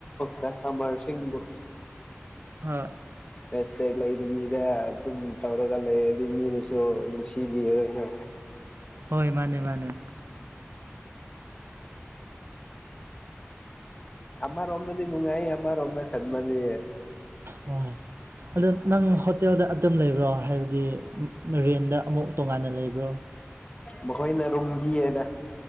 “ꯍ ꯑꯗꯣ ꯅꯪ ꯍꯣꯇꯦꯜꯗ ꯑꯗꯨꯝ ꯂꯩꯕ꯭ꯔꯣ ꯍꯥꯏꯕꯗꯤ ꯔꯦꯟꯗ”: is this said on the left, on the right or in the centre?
Right